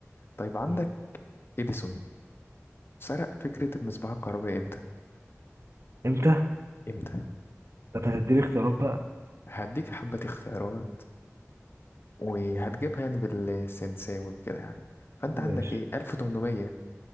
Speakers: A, on the left (about 45°); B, on the right (about 60°).
A: طيب عندك
B: م.
A: إديسون سرق فكرة المصباح الكهربائي إمتى؟
B: إمتى؟ ده
A: إمتى؟
B: أنت هتديني اختيارات بقى
A: هديك حبة اختيارات وهتجيبها يعني بالسنساوي وكده يعني فأنت
B: ماشي
A: عندك إيه 1800